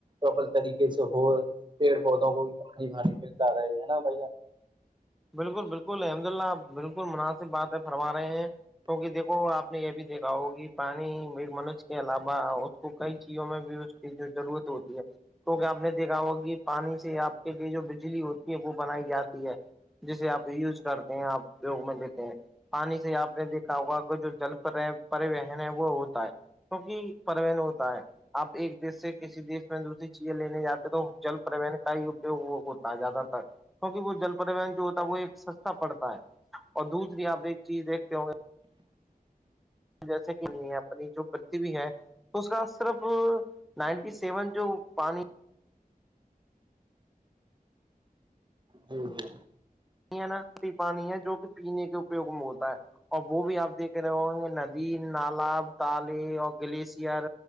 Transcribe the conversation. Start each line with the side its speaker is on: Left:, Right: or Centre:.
Right: سفل طریقے کسی ہو پیڑ پودوں کو بھی پانی پانی ملتا رہے ہے نا بھ ج
Centre: بالکل بالکل الحمد للہ آپ بالکل مناسب بات ہے فرما رہے ہیں کیک دیکھو آپ نے یہ بھی دیکھا ہو کہ پانی میر منوج کے اس کے علاوہ اس کو کئی چیزوں میں بھی اس کی جو ضرورت ہوتی ہے کیکہ آپ نے دیکھا ہوگ پانی سے آپ کے لیے جو بجلی ہوتی ہے وہ بنائی جاتی ہے جسے آپ یوز کرتے ہیں آپوگ میں لیتے ہیں پانی سے آپ نے دیکھا ہوگا کہ جو جل پر پریون ہے وہ ہوتا ہے کیونکہ پروین ہوتا ہے آپ ایک دیش سے کسی دیش میں دوسری چیزیں لینے جاتے تو جل پرریوہن کا ہی اپوگ ہوتا ہے زیادہ تر کیونکہ وہ جل پرون جو ہوتا ہے وہ ایک سستا پڑتا ہے اور دوسری آپ ایک چیز دیکھتے ہوں گے جیسے کہ نہیں ہے اپنی جو پرتی بھی ہے اس کا صرف نائنٹی سیون جو پانی
Right: جی جی
Centre: ناٹی پانی ہے جو کہ پینے کے اپوگ میں ہوتا ہے اور وہ بھی آپ دیکھ رہے ہوں گے ندی نالب تالے اور گلیشئر